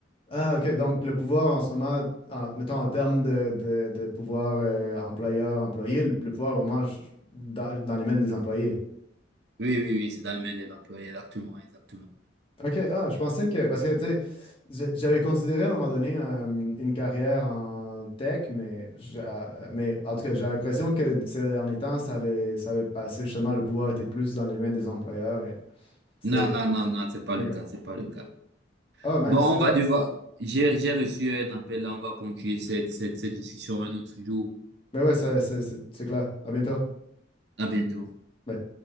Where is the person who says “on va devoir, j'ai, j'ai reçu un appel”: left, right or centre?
Right